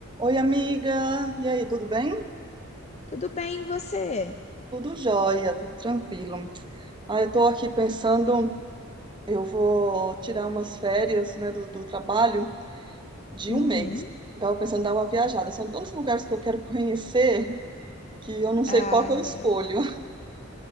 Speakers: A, on the right; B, on the left.
A: Oi, amiga. E aí, tudo bem?
B: Tudo bem, e você?
A: Tudo jóia, tudo tranquilo. Ah, eu tô aqui pensando, eu vou tirar umas férias, né, do, do trabalho de
B: Uhum.
A: um mês. Eu tava pensando em dar uma viajada. São tantos lugares que eu quero conhecer que eu não sei
B: Ai,
A: qual que eu escolho.
B: é.